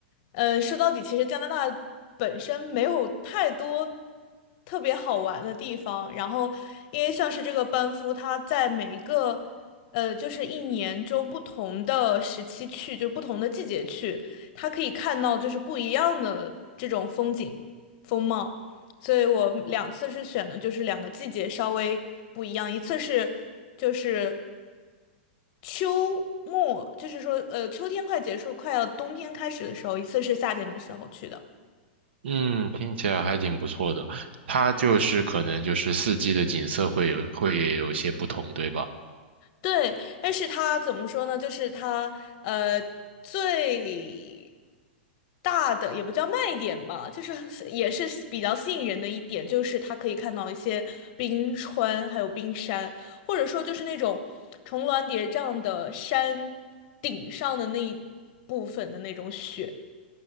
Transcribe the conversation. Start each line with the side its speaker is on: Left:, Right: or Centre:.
Left: 呃，说到底，其实加拿大本身没有太多特别好玩的地方。然后，因为像是这个班夫，它在每一个，呃，就是一年中不同的时期去，就是不同的季节去，它可以看到就是不一样的这种风景风貌。所以我两次是选的就是两个季节稍微不一样，一次是就是。秋末，就是说，呃，秋天快结束，快要冬天开始的时候，一次是夏天的时候去的。
Right: 嗯，听起来还挺不错的。它就是可能就是四季的景色会有会也有些不同，对吧？
Left: 对，但是它怎么说呢？就是它，呃，最大的也不叫卖点吧，就是也是比较吸引人的一点，就是它可以看到一些冰川，还有冰山，或者说就是那种重峦叠嶂的山顶上的那一部分的那种雪。